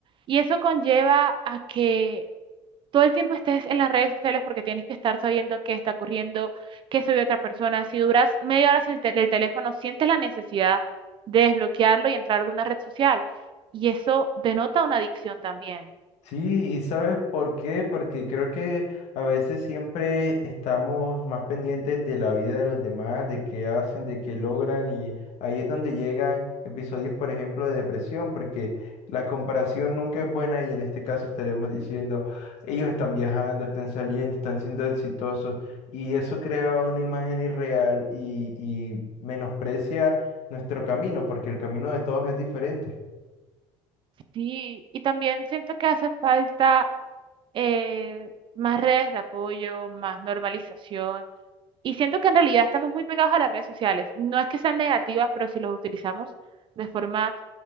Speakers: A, on the right (about 45°); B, on the left (about 70°).
A: Y eso conlleva a que todo el tiempo estés en las redes sociales porque tienes que estar sabiendo qué está ocurriendo, qué soy otra persona. Si duras media hora sin el tel- el teléfono, sientes la necesidad de desbloquearlo y entrar a alguna red social. Y eso denota una adicción también.
B: Sí, y ¿sabes por qué? Porque creo que a veces siempre estamos más pendientes de la vida de los demás, de qué hacen, de qué logran, y ahí es donde llegan episodios, por ejemplo, de depresión, porque la comparación nunca es buena y en este caso estaríamos diciendo, ellos están viajando, están saliendo, están siendo exitosos, y eso crea una imagen irreal y, y menosprecia nuestro camino, porque el camino de todos es diferente.
A: Sí, y también siento que hace falta eh, más redes de apoyo, más normalización. Y siento que en realidad estamos muy pegados a las redes sociales. No es que sean negativas, pero si los utilizamos de forma